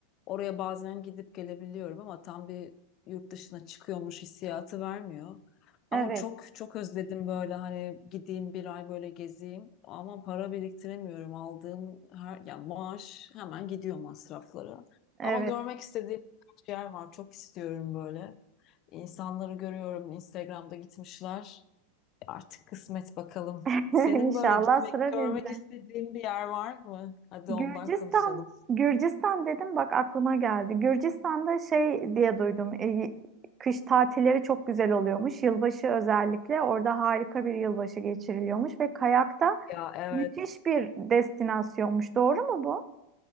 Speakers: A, on the left; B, on the right.
A: oraya bazen gidip gelebiliyorum ama tam bir yurt dışına çıkıyormuş hissiyatı vermiyor.
B: Evet,
A: Ama çok çok özledim böyle hani gideyim bir ay böyle gezeyim ama para biriktiremiyorum. Aldığım her ya maaş hemen gidiyor masraflara.
B: evet.
A: Ama görmek istediğim birkaç yer var. Çok istiyorum böyle. İnsanları görüyorum Instagram'da gitmişler. Artık kısmet bakalım.
B: <laughs>
A: Senin
B: İnşallah
A: böyle gitmek,
B: sıra
A: görmek
B: bizde.
A: istediğin bir yer var mı? Hadi
B: Gürcistan,
A: ondan konuşalım.
B: Gürcistan dedim bak aklıma geldi. Gürcistan'da şey diye duydum. e, kış tatilleri çok güzel oluyormuş. Yılbaşı özellikle orada harika bir yılbaşı geçiriliyormuş ve kayakta
A: Ya evet,
B: Müthiş bir destinasyonmuş. Doğru mu bu?